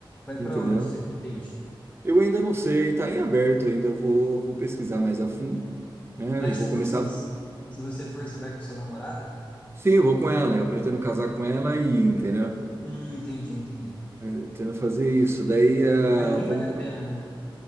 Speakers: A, on the left; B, on the right.
A: Vai
B: entendeu?
A: pra onde você pretende?
B: Eu ainda não sei, tá em aberto ainda. Eu vou, vou pesquisar mais a fundo, né?
A: Mas,
B: Eu vou
A: tipo
B: começar.
A: assim, se se você for, você vai com a sua namorada?
B: Sim, eu vou com ela. Eu pretendo
A: Vai
B: casar
A: com vocês
B: com
A: vão.
B: ela e, entendeu?
A: Hum, entendi, entendi.
B: Eu Pretendo fazer isso. Daí, ah,
A: Aí nem
B: vamos.
A: vale a
B: co-
A: pena, né?